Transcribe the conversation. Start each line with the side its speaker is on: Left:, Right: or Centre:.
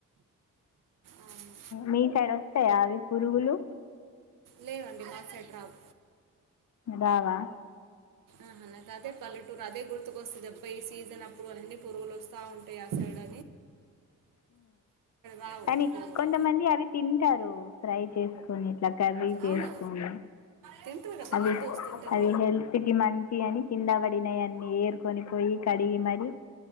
Right: అవును.
Left: మీ సైడ్ వస్తాయా అవి పురుగులు?
Right: లేవండి మా సైడ్ రావు.
Left: రావా
Right: ఆహా! నాకు అదే పల్లెటూరు అదే గుర్తుకొస్తుంది అబ్బా ఈ సీజన్ అప్పుడు అన్నీ పురుగులు వస్తా ఉంటాయి. అంటే యాసైడ్న రావు
Left: కానీ
Right: పురుగులు
Left: కొంతమంది అవి తింటారు ఫ్రై చేసికొని. కొని ఇట్లా కర్రీ చేసుకొని
Right: అవును తింటారు కదా
Left: అవి
Right: హిందూస్ తింటారు
Left: అవి హెల్త్ హెల్త్ కి మంచి అని కింద పడినయన్నీ ఏరుకొని పోయి కడిగి మరి